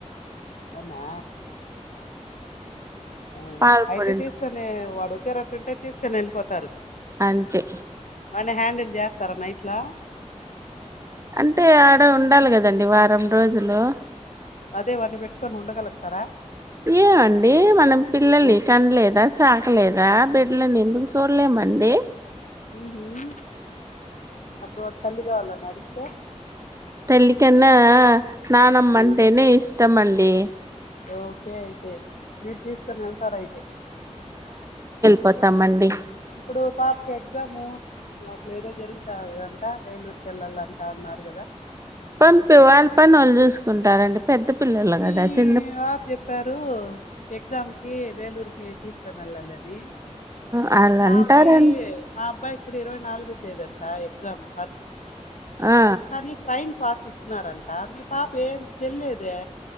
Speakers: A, on the left; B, on the right.
A: అవునా ఆ
B: పాల
A: అయితే
B: పొడి
A: తీసుకొని వాడుొచ్చారట్టుంటే తీసుకని వెళ్ళిపోతారు
B: అంతే
A: మన హ్యాండిల్ చేస్ సారే నైట్లా
B: అంటే ఆడ ఉండాలి కదండి వారం రోజులు
A: అదే వాని పెట్టుకొని ఉండగలుగుతారా
B: ఏమండి మనం పిల్లల్ని
A: ఉమ్,
B: కం లేదా సాక లేదా బెడ్ ఎందుకు చూడలే మండే
A: మ్ అప్పుడు తల్లి కావాల నడిస్తే
B: తల్లి కన్నా నానమ్మంటేనే
A: ఉమ్,
B: ఇష్టమండి
A: ఓకే అయితే మీరు తీసుకుని వెళ్తార అయితే
B: కొత్తమ్మండి
A: ఇప్పుడు పాపకి ఎగ్జాము అట్లా ఏదో జరుగుతాంతా వేలూరుకి వెళ్ళాలంటా ఉన్నారు కదా
B: పంపి వాళ్ళ పను వాళ్ళు చూసుకుంటారండి పెద్ద పిల్లలు
A: మీ
B: కదా చిన్న
A: వారు చెప్పారు ఎగ్జామ్ కి వేలూరుకిి తీసుకు త నల్లంగ అది
B: వాళ్ళు
A: మా
B: అంటారండి
A: అబ్బాయి మా అబ్బాయిక్కుడ ఇరవై నాలుగు తేదంతా ఎగ్జాము
B: ఆ
A: కానీ ట్రైన్ పాస్ ఇచ్చ్నారంట మీ పాప ఏం తెల్లేదే